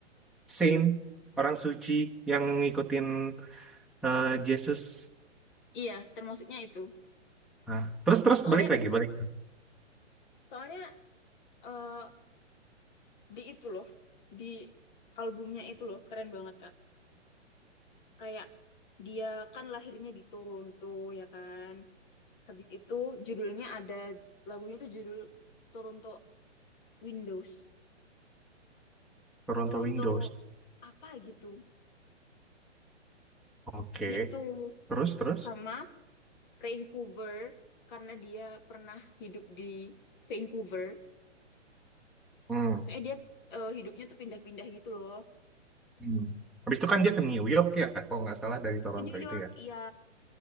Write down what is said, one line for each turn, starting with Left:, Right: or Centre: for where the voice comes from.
Centre: saint, orang suci yang ngikutin eh, Yesus.
Left: Iya, termasuknya itu.
Centre: Nah, terus terus
Left: Soalnya
Centre: balik lagi, balik.
Left: soalnya eh di itu loh di albumnya itu loh keren banget kak kayak dia kan lahirnya di Toronto ya kan habis itu judulnya ada lagunya tuh judul Toronto Windows
Centre: Toronto
Left: Toronto
Centre: Windows.
Left: apa gitu
Centre: Oke,
Left: gitu
Centre: Terus terus.
Left: sama Vancouver karena dia pernah hidup di Vancouver
Centre: Hmm.
Left: soalnya dia eh, hidupnya tuh pindah-pindah gitu loh
Centre: Hmm. Habis itu kan dia ke New York ya, kalau nggak salah dari Toronto
Left: ke New
Centre: itu
Left: York
Centre: ya.
Left: iya